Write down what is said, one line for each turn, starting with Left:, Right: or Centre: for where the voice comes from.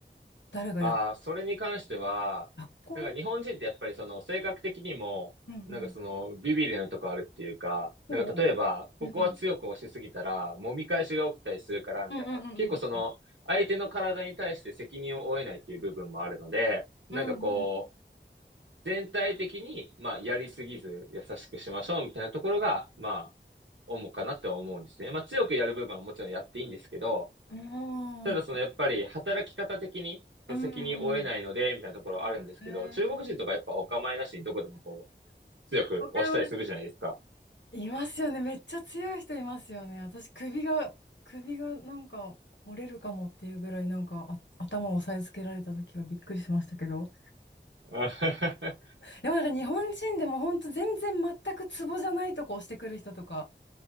Left: 誰がやっ
Right: ああ、それに関しては、
Left: 学校？
Right: なんか日本人ってやっぱりその性格的にも、
Left: うんうん。
Right: なんかそのビビりなとこあるっていうか、
Left: うんうん。
Right: なんか例えば、ここは強く押しすぎたら、
Left: うんうん。
Right: 揉み返しが起きたりするから、みたいな。
Left: うんうんうんうんうん。
Right: 結構その、相手の体に対して責任を負えないっていう部分もあるので、
Left: うんうん。
Right: なんかこう、全体的に、まあ、やりすぎず、優しくしましょう、みたいなところが、まあ、主かなって思うんですね。まあ、強くやる部分はもちろんやっていいんですけど、
Left: うんうん。
Right: ただそのやっぱり働き方的にその責任を負えないので、
Left: うん。
Right: みたいなところあるんですけど、
Left: え
Right: 中国人とかやっぱお構いなしにどこでもこう、強く押したりするじゃないですか。
Left: 他は <laughs>、いますよね。めっちゃ強い人いますよね。私、首が、首がなんか折れるかもっていうぐらい、なんかあ頭を押さえつけられた時はびっくりしましたけど。はい
Right: <laughs>
Left: でもなんか日本人でも本当全然全くツボじゃないとこ押してくる人とか